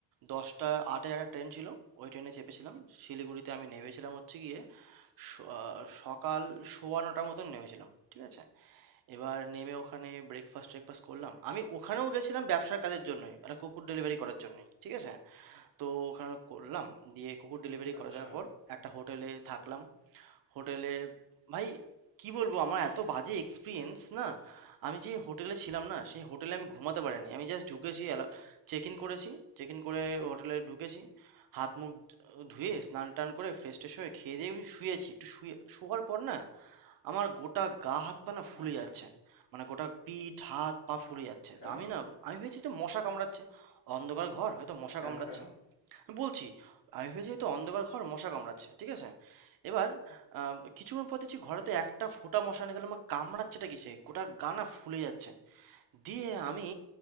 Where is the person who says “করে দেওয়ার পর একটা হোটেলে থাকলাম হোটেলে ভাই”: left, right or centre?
Right